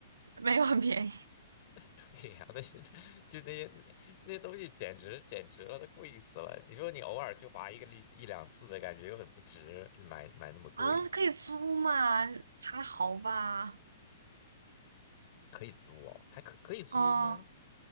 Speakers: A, on the right; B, on the left.
A: 没有很便宜，
B: <laughs> 对呀、那些就那些那些东西简直简直了，都贵死了。你说你偶尔去滑一个一一两次的感觉又很不值，买买那么贵，
A: 啊，可以租嘛，还好吧。
B: 可以租哦，还可可以租吗？
A: 哦，